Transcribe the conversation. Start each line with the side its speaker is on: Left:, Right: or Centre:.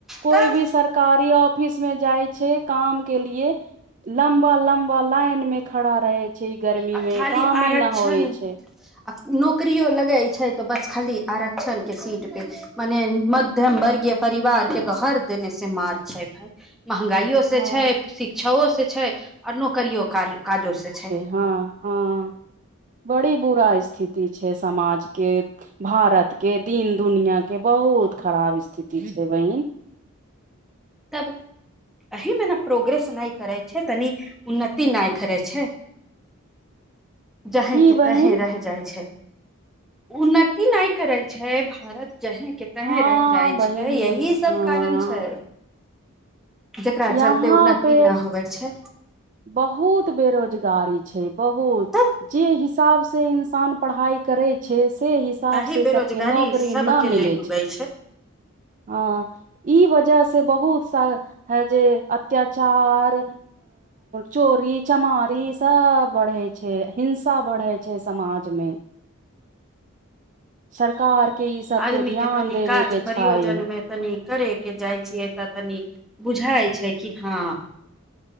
Right: कोइ
Centre: तऽ
Right: भी सरकारी आ ऑफिस में जाइ छै काम के लिए लम्बा लम्बा लाइन में खड़ा रहै छै गर्मी
Centre: आ
Right: मे
Centre: खाली
Right: कामे
Centre: आरक्षण
Right: न होइ छै
Centre: आ नौकरियो लगै छै तऽ बस खाली आरक्षण के सीट पे मने मध्यम वर्गीय परिवार के तऽ हर देने से मार छै भाय महगाइयो से
Right: हँ
Centre: छै शिक्षाो से छै आओर नोक करियो काजो से छै
Right: हँ हँ बड़ी बुरा स्थिति छै समाजके भारतके दीिन दुनिआके बहुत खराब स्थिति छै बहिीन
Centre: तब एहिहमे ने प्रोग्रेस नहि करै छै तनी उन्नति नहि करै छै जहें
Right: की
Centre: के
Right: बहिन
Centre: तहें र जाइ छै उन्नति नहि करै छै भारत जहें के तहें
Right: हँ
Centre: रहि जाइ
Right: बहिन
Centre: छै यही सब
Right: हँ
Centre: कारण छै जेकरा चलते
Right: यहाँ
Centre: उन्नति
Right: पे
Centre: न होवे छै
Right: बहुत बेरोजगारी छै बहुत
Centre: तऽ
Right: जे हिसाब से इन्सान पढ़ाइ करै छै से हिसाब
Centre: एहि
Right: से सबके
Centre: बेरोजगारी
Right: नौकरी
Centre: सबके
Right: न मिलै
Centre: ले डूबै
Right: छै हँ ई वजह से बहुत सा जे अत्यचार चोरी चमारी सब बढ़ै छै हिंसा बढ़ै छै समाज मे सरकार के ई सब
Centre: आदमीके
Right: पे ध्यान
Centre: तनि
Right: देबे
Centre: काज
Right: के छै
Centre: प्रयोजनमे तनि करयके जाइ छियै तऽ तनि बुझाइ छै कि हँ